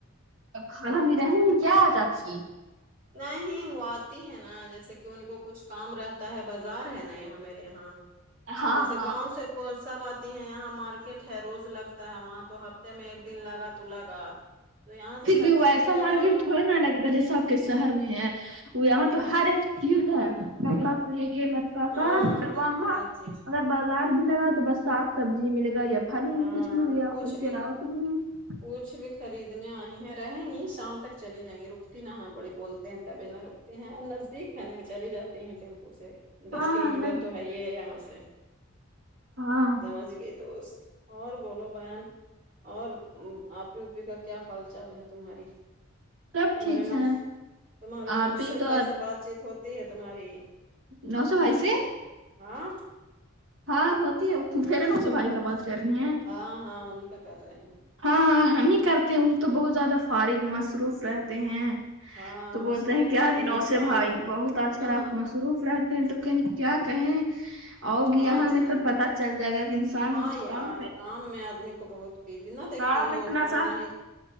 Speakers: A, on the right (about 60°); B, on the right (about 40°).
A: کھانہ میں رہیں گے کیا آج آپ کی
B: وہی وہ آتی ہے نا جیسے کہ ان کو کچھ کام رہتا ہے بازار ہے نا یہاں میرے یہاں
A: ہاں
B: جیسے
A: ہاں
B: گاؤں سے سب آتی ہیں یہاں مارکیٹ ہے روز لگتا ہے وہاں تو ہفتے میں ایک دن لگا تو لگا تو یہاں سے
A: پھر بھی
B: سبزی
A: وہ
B: وبزی
A: ایسا
B: لینے
A: مارکیٹ
B: اور
A: تھوڑی نالگے گا جیسا آپ شہر میں ہے وہ یہاں تو ہر ایک چیز ہے کپڑا سے لے کے سرکارم
B: ہاں
A: دوا ہے
B: سب
A: نہ
B: چیز
A: اگر بڑھ بازار بھی لگا تو بس صاف سبزی ملے گا یا پھل
B: ہاں
A: کچھ مل گیا
B: کچھ
A: اس
B: بھی
A: کے علاوہ کچھ بھی
B: کچھ بھی خریدنے آئی ہیں رہیں گی شام تک چلی جائیں گی رکتی نہ ہیں بڑی بول تبھی نہ رکتے ہیں اور نزدیک ہے نہ چلی جاتی ہیں ٹیمپو سے دس
A: ہاں
B: کلو میٹر تو ہے ہی ہے یہاں سے
A: ہاں
B: سمجھ گئی دوست اور بولو بہن اور آپی اوپی کا کیا حال چال ہے تمہاری
A: سب
B: تمہارے
A: ٹھیک
B: نو
A: ہے
B: تمہارے نوشد
A: آپ ہی تو
B: بھائی سے بات چیت ہوتی ہے تمہاری
A: نوشد بھائی سے
B: ہاں
A: ہاں ہوتی ہےفیرنو سے بھائی کا بات کر رہی ہیں
B: ہاں ہاں انہیں کا کر رہے ہیں
A: ہاں ہاں ہم ہی کرتے ہیں تو بہت زیادہ فارغ مصروف رہتے ہیں
B: ہاں
A: تو
B: مصروف
A: بولتے ہیں کیا
B: آدمی
A: جی نوشد
B: ہے کام
A: بھائی
B: رہتا ہے
A: بہت آج کل
B: ہاں
A: آپ
B: ہاں
A: مصروف رہتے ہیں تو لیکن کیا کہیں آؤ گی
B: ہاں
A: یہاں
B: جی
A: نے تب پتا چل جائے گا کہ انسان
B: ہاں یار
A: پہ
B: کام میں آدمی کو بہت بیوی نہ دیکھتی
A: کام
B: ہو
A: اتنا
B: پڑھنا
A: سا
B: ہے